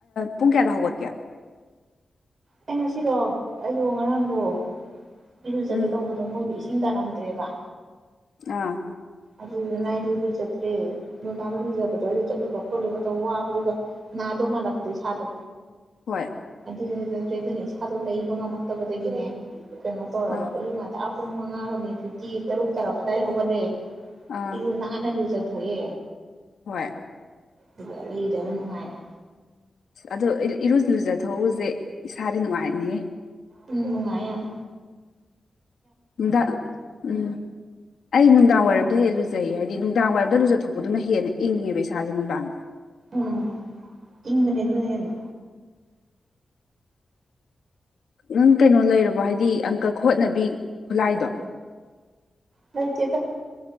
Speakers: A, on the left (about 85°); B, on the right (about 45°).
A: ꯄꯨꯡ ꯀꯌꯥꯗ ꯍꯧꯒꯠꯀꯦ
B: ꯑꯩ ꯉꯁꯤꯗꯣ ꯑꯩꯗꯣ ꯉꯔꯥꯡꯗꯣ ꯏꯤꯔꯨꯖꯒꯦ
A: ꯎꯝ
B: ꯇꯧꯕꯗꯣ ꯃꯣꯏꯗ ꯆꯤꯇꯅꯗꯦꯕ
A: ꯑꯥ
B: ꯑꯗꯨꯗꯨ ꯅꯥꯥꯏꯗꯨ ꯂꯨꯖꯗ꯭ꯔꯦ ꯅꯨꯡꯗꯥꯡ ꯂ ꯂꯨꯖꯕꯗꯣꯗ ꯆꯠꯂꯨꯕ ꯈꯣꯠꯂꯨꯕꯗ ꯋꯥꯕꯗꯨꯒ ꯁꯥꯗꯧ ꯃꯥꯜꯂꯛꯄꯗꯣ ꯏꯁꯥꯗꯣ
A: ꯍꯣꯏ
B: ꯖꯗ꯭ꯔꯦ ꯑꯗꯨꯅ ꯏꯁꯥꯗꯣ ꯂꯩꯕ ꯉꯝꯃꯛꯇꯕꯗꯒꯤꯅꯦ ꯀꯩꯅꯣ ꯇꯧꯔꯕ
A: ꯑꯥ
B: ꯑꯩꯏ ꯃꯇ ꯄꯨꯡ ꯃꯉꯥꯒ ꯃꯤꯅꯤꯠ ꯐꯤꯇꯤ ꯇꯔꯨꯛ ꯇꯥꯔꯛꯄ ꯑꯗꯨꯗꯥꯏ ꯍꯧꯒꯠꯂꯦ
A: ꯑꯥ
B: ꯏꯔꯨ ꯅꯥꯟꯅ ꯂꯨꯖ ꯀꯔꯤ
A: ꯍꯣꯏ
B: ꯑꯗꯨꯒ ꯂꯩꯗꯕ ꯅꯨꯡꯉꯥꯏꯅꯦ
A: ꯑꯗꯣ ꯏꯔꯨꯖ ꯂꯨꯖꯊꯎꯁꯦ ꯏꯁꯥꯗꯤ ꯅꯨꯡꯉꯥꯏꯅꯤ
B: ꯎꯝꯅꯨꯡꯉꯌꯥꯝꯌꯥꯝ
A: ꯅꯨꯡꯗꯥꯡ ꯎꯝ ꯑꯩ ꯅꯨꯡꯗꯥꯡ ꯋꯥꯏꯔꯝꯗ ꯍꯦꯛꯂꯨ ꯖꯩ ꯍꯥꯏꯗꯤ ꯅꯨꯡꯗꯥꯡ ꯋꯥꯏꯔꯝꯗ ꯂꯨꯖꯊꯣꯛꯄꯗꯨꯅ ꯍꯦꯟꯅ ꯏꯪꯉꯦꯕ ꯏꯁꯥꯁꯦ ꯅꯨꯡꯗꯥꯡꯗ
B: ꯎꯝ ꯏꯪ ꯃꯅꯦ ꯑꯗꯨꯅ
A: ꯅꯪ ꯀꯩꯅꯣ ꯂꯩꯔꯕꯣ ꯍꯥꯏꯗꯤ ꯑꯪꯀ ꯈꯣꯠꯅꯕꯤ ꯈꯨꯂꯥꯏꯗꯣ
B: ꯅꯆꯦꯗ